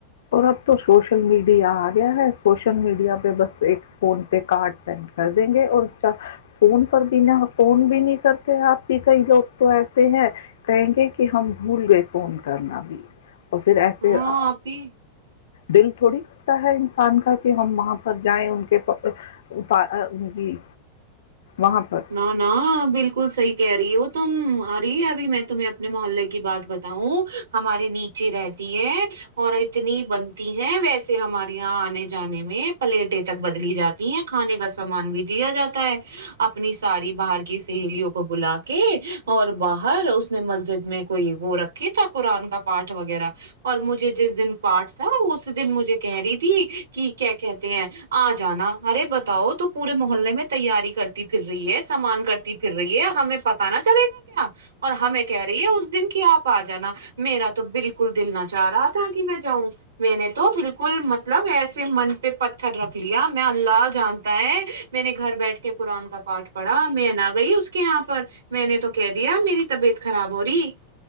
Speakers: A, on the left; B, on the right.
A: اور اب تو سوشل میڈیا اگیا ہے سوشل میڈیا پہ بس ایک فون پہ کاٹ سیٹ کر دیں گے اور اس کا فون پر بھی نہ خون بھی نہیں کرتے اپ کی صحیح لوگ تو ایسے ہیں کہیں گے کہ ہم بھول گئے فون کرنا بھی اور پھر ایسے
B: ہاں
A: آ،
B: آپی
A: دل تھوڑی کرتا ہے انسان کا کہ ہم وہاں پر جائیں ان کے ان کی وہاں پر
B: نہ نہ بالکل صحی کہہ رہی ہے وہ تم ارے ابھی میں تمہیں اپنے محلے کی ب ہوں ہمارے ن اچ رہتی ہے اور اتنی بنتی ہے ویسے ہمارے یہاں آنے جانے میں پلیٹیں تک بدلی جاتی ہیں کھانے کا سامان بھی دیا جاتا ہے اپنی ساری باہر کی سہیلیوں کو بلا کے اور باہر اس نے مسجد میں کوئی وہ رکھھی تھا قرآن کا اپنی ساری بہار کی سہیلیوں کو بلا کے اور باہر اس نے مسجد میں کوئی وہپاٹ وغیرہ اور مجھے جس دن پاٹ تھا اس دن مجھے کہہ رہی تھی کہ کیا کہتے ہیں آ جانا ارے بتاؤ تو پورے محلے میں تیاری کر سامان کرتی پھر رہی ہے ہمیں پتہ نہ چلے گا کہ اپ اور ہمیں کہہ رہی ہے اس دن کی اپ ا جانا میرا تو بالکل دل نہ چاہ رہا تھا کہ میں جاؤں میں نے تو بالکل مطلب ایسے من پہ پتھر رکھ لیا میں اللہ جانتا ہے میں نے گھر بیٹھ کے کا پارٹ پڑا میں نہ گئی اس کے یہاں پر میں نے تو کہہ دیا میری طبیعت خراب ہو رہی